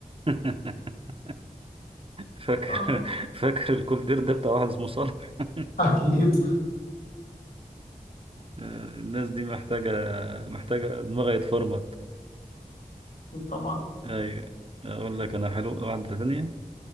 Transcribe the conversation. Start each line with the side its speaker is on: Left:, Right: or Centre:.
Right: <laughs> فاكر
Left: آه،
Right: <laughs> فاكر الكولدير ده بتاع واحد اسمه صالح <laughs>
Left: أكيد
Right: الناس دي محتاجة محتاجة دماغها يتفرمط
Left: طبعا
Right: أيوة أقول لك أنا حلو واحدة ثانية